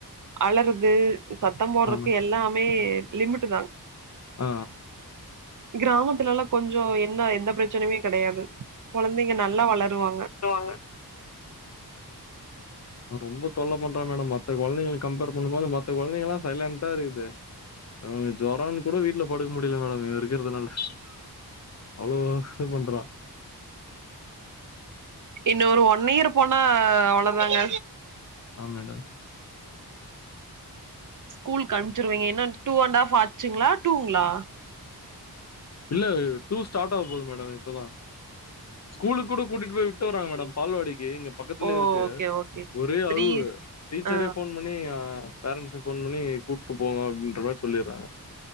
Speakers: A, on the right; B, on the left.
A: அழறத் அது சத்தம் போட்றக்கு
B: ஆமா
A: எல்லாமே லிமிட்டு தா
B: ஆ
A: கிராமத்துலல்லா கொஞ்சோ என்ன எந்த பிரச்சனுமே கெடையாது கொழந்தைங்க நல்லா வளருவாங்க
B: திட்டுவாங்க ரொம்ப தொல்ல பண்ற மேடம் மத்த கொழந்தைங்களுக் கம்பேர் பண்ணும்போது மத்த கொழந்தைங்கல்லா சைலன்டா இருக்குது நமக்கு ஜொரான்னு கூட வீட்ல படுக்க முடில மேடம் இவன் இருக்கறதுனால அவ்ளோ கஷ்ட பண்றா
A: இன்னு ஒரு ஒன் இயர் போனா அவ்ளதாங்க
B: ஆ மேடம்
A: ஸ்கூலுக் அனுச்சிருவிங்க என்ன டூ அண்ட் ஹாஃப் ஆச்சுங்ளா டூங்ளா
B: இல்ல டூ ஸ்டார்ட் ஆக போது மேடம் இப்பதா ஸ்கூலுக்கு கூட கூட்டிட்டு போய் விட்டு வறாங்க மேடம் பால்வாடிக்கு இங்க பக்கத்துலே
A: ஓ
B: இருக்கு
A: ஓகே ஓகே
B: ஒரே
A: த்ரீ
B: அழுவு டீச்சரே
A: ஆ
B: போன் பண் னி அ பேரண்ட்ஸ் ஃபோன் பண்ணி கூப்ட்டு போங்கோ அப்டின்ற மாரி சொல்லிர்றாங்க